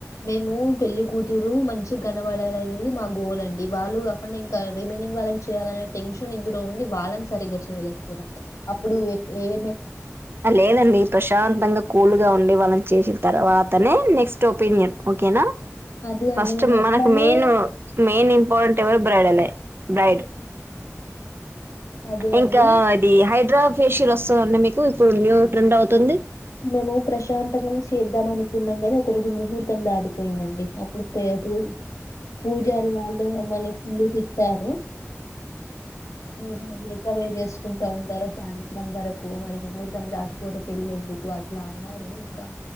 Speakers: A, on the left; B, on the right.
A: మేము పెళ్లి కూతురు మంచి కనపడాలి అనేది మా గోల్ అండి, వాళ్ళు కాకుండా ఇంకా రిమైనింగ్ వాళ్ళకి చేయాలనే టెన్షన్ ఇంతలో ఉండి వాళ్ళని సరిగ్గా చేయలేకపోతాం, అప్పుడు ఏ ఎ
B: లేదండి ప్రశాంతంగా కూల్గా ఉండి వాళ్ళని చేసిన తర్వాతనే నెక్స్ట్ ఒపీనియన్ ఓకేనా
A: అదే
B: ఫస్ట్
A: అండి. మేమట్లనే
B: మనకు మెయిన్ మెయిన్ ఇంపా లే బ్రైడల్ బ్రైడ్
A: అదే అండి.
B: ఇంకా అది హైదరా ఫేషియల్ వస్తుందండి మీకు ఇప్పుడు న్యూ ట్రెండ్ అవుతుంది
A: మేము ప్రశాంతంగానె చేద్దాం అనుకున్నాం కాని, ఒక రోజు ముహూర్తం దాటిపోయిందండి అప్పుడు పే పి పూజారి వాళ్ళు మమ్మల్ని ఫుల్లు తిట్టారు ఉహు మీ పనే చేసుకుంటా ఉంటారా సాయంత్రం వరకు మరి ముహార్థం దాటిపోతే పెళ్లి ఎందుకు ఓ అట్ల అన్నారు ఇంకా